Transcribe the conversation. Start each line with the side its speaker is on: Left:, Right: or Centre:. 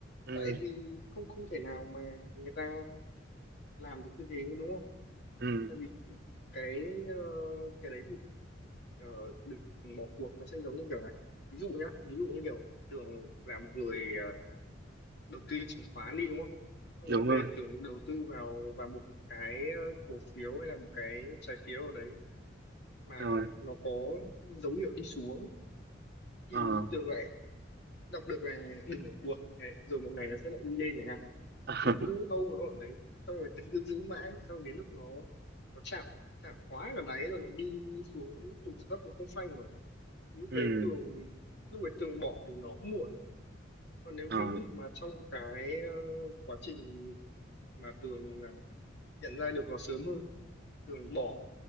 Right: Ừ,
Left: tại vì không không thể nào mà người ta làm được như thế đúng không
Right: ừ,
Left: tại vì cái ờ, cái đấy thì ờ, đừng bỏ cuộc nó sẽ giống như kiểu này ví dụ nhá ví dụ như kiểu Tường là một người ờ, đầu tư chứng khoán đi đúng không xong
Right: đúng
Left: rồi bề
Right: rồi
Left: Tường đầu tư vào vào một cái ờ, cổ phiếu hay là một cái trái phiếu ở đấy mà
Right: rồi
Left: nó có dấu hiệu đi xuống thì
Right: ờ
Left: Tường lại đọc được là đừng bỏ cuộc đấy, rồi một ngày nó sẽ lại đi lên chẳng hạn
Right: <laughs>
Left: thì Tường cứ hold nó ở đấy xong rồi Tường cứ giữ mãi xong đến lúc nó nó chạm chạm quá là đáy rồi nó đi xuống tụt dốc nó không phanh mà lúc
Right: ừ,
Left: đấy tường lúc đấy tường bỏ thì nó muộn còn nếu
Right: ờ,
Left: ví dụ mà trong cái ờ, quá trình mà tường à, nhận ra được nó sớm hơn tường bỏ